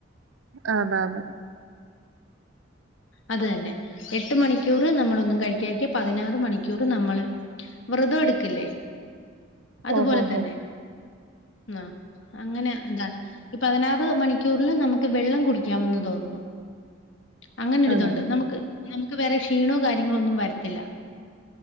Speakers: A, on the right; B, on the left.
A: ആതാണ്
B: അത് തന്നെ എട്ട് മണി ക്യൂറ് നമ്മളൊന്നു കഴിക്ക്യാരിക്ക പതിനാറ് മണിക് കുറ് നമ്മള് വ്രിത ഒടി ക്കില്ലെ അതുപോലെ
A: ഓഹോഹോ.
B: തന്നെ ആഹ് ങ്ങനെ എന്താണ് ഇ പതിനാറ് മണി ക്ക്യൂറില് നമക്ക് വെള്ളം കുടി ക്ക്യാമെന്ന് തോന്ന്ന്നു അങ്ങനൊരിതുണ്ട്
A: ആഹ്.
B: നമുക്ക് നമുക്ക് വേറെഷ് ക്ഷീണോ കാര്യേങ്ങളൊന്നും വരത്തില്ല